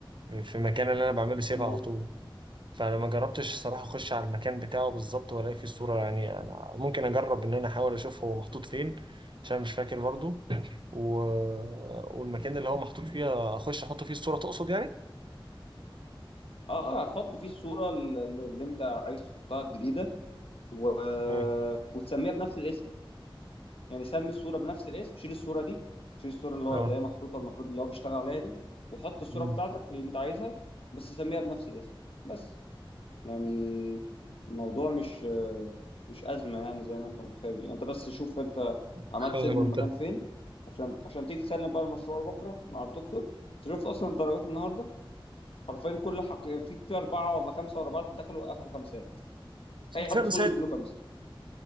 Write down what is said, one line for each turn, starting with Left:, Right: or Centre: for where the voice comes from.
Right: في المكان اللي انا بعمله سيف
Left: ماشي.
Right: على طول فانا ما جربتش الصراحه اخش على المكان بتاعه بالظبط والاقي فيه الصوره يعني انا ممكن اجرب ان انا احاول اشوف هو محطوط فين عشان مش فاكر برضو و... والمكان اللي هو محطوط فيه اخش احط فيه الصوره تقصد يعني
Left: اه هتحط فيه الصوره اللي اللي انت حطها الجديده و...
Right: امم
Left: وتسميها بنفس الاسم يعني سمي الصوره بنفس الاسم شيل الصوره دي شيل الصوره اللي
Right: اه
Left: هو- اللي هي محطوطه المفروض اللي هو بيشتغل عليها دي وحط الصوره
Right: مم.
Left: بتاعتك اللي انت عايزها بس سميها بنفس الاسم بس يعني الموضوع مش مش أزمة يعني زي ما أنت متخيل يعني أنت بس شوف أنت عملت
Right: خلي
Left: سيف
Right: منطقة
Left: للمكان فين عشان عشان تيجي تسلم بقى المشروع بكرة مع الدكتور أنت شفت أصلا الدرجات النهاردة حرفيا كل حق في في أربعة ولا خمسة ورا بعض دخلوا أخدوا خمسات أي حد
Right: خمسات
Left: يدخل يديله خمسة